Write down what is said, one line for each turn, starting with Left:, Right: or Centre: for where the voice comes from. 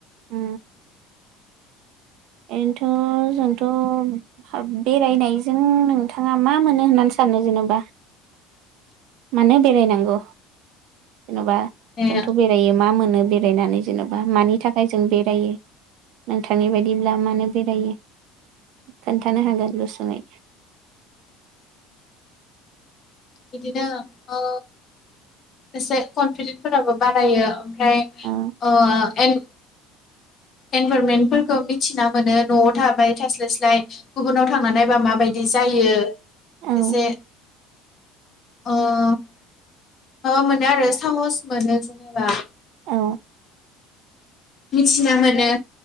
Right: उ। ओरैनोथ' जोंथ' बेरायनायजों नोंथाङा मा मोनो होननानै सानो जेनबा। मानो बेराय नांगौ। जेन'बा
Left: माने
Right: जोंथ' बेरायो मा मोनो। बेरायनानै जेनबा मानि थाखाय जों बेरायो नोंथांनि बायदिब्ला मानो बेरायो खोनथानो हागोन गुसुङै
Left: बिदिनो ओ एसे कनफिदेन्दफोराबो बारायो ओमफ्राय
Right: औ
Left: ओ एन एनभारमेन्टफोरखौ मिथिना मोनो न'आव थाबाय थास्लाय स्लाय गुबुनाव थांना नायबा माबायदि जायो
Right: औ
Left: एसे अ माबा मोनो आरो साहस मोनो जेनेबा
Right: अ
Left: मिथिना मोनो